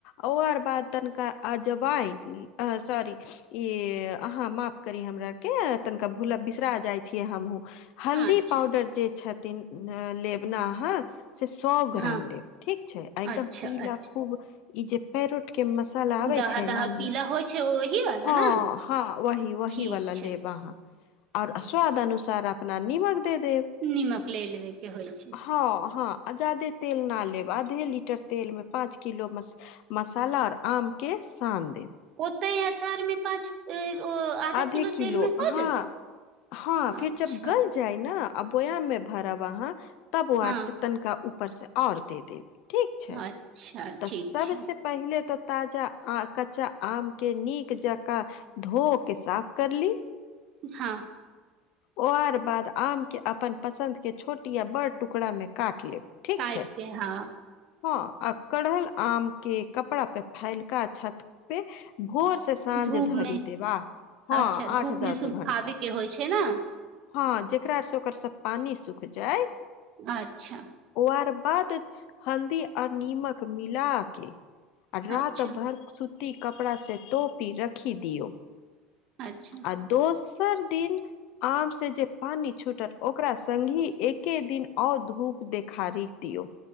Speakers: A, on the left; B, on the right.
A: ओ आर बाद तनिका आ जबाइ सॉरी ई अहाँ माफ करी हमरार के तनिका भूला बिसरा जाय छीये हमहु हल्दी
B: अच्छा
A: पाउडर जे छथिन अ लेबना अहाँ से सए ग्राम
B: हँ
A: लेब ठीक छै आ एकदम
B: अच्छा
A: पीला
B: अच्छा
A: खूब ई जे पेरोट के मसाला आबे
B: दहा
A: छै
B: दहा
A: न
B: पीला होइ छै ओहि वाला
A: हँ
B: ने
A: हँ वही वही
B: ठीक
A: वाला
B: छै
A: लेब वाँ आओर स्वाद अनुसार अपना नीमक दे देब
B: नीमक लै लेबे के होइ छै
A: ह ह जादे तेल ना लेब आधे लीटर तेल मे पाँच किलो मसाला आऔर आम के सान देव
B: ओतै य चार मे पाँच ओ <unintelligible>
A: आधे किलो
B: तेल मे
A: हँ
B: हो जेतै
A: हँ फिर
B: अच्छा
A: जब गल जायि न अ बोयाम मे भरब अहाँ तब वा
B: हँ
A: आर से तनिका ऊपर से और दे देब ठीक छै
B: अच्छा
A: तऽ
B: ठीक
A: सबसे
B: छै
A: पहिले तऽ ताजा कच्चा आम के नीक जकाँ धो के साफ कर ली
B: हँ
A: ओ आर बाद आम के अपन पसन्द के छोटि या बड़ टुकड़ा मे काट लेब ठीक
B: काईटके
A: छै
B: हँ
A: हँ आ कढ़ल आम के कपड़ा पे फैलक छत पे भोर से साँझ
B: धूप
A: धरी
B: मे
A: दे बा हँ
B: अच्छा
A: आठ
B: धूप मे
A: दस
B: सुखाबे
A: घण्टा
B: के होइ छै न
A: हँ जेकरा स ओकर सब पानी सुख जाय
B: अच्छा
A: ओआर बाद हल्दी आओर नीमक मिल के रात
B: अच्छा
A: भर सूती कपड़ा से तोपी रखी दियौ
B: अच्छा
A: आ दोसर दिन आम से जे पानी छूटत ओकरा संगहि एके दिन और धूप देखारी दियऔ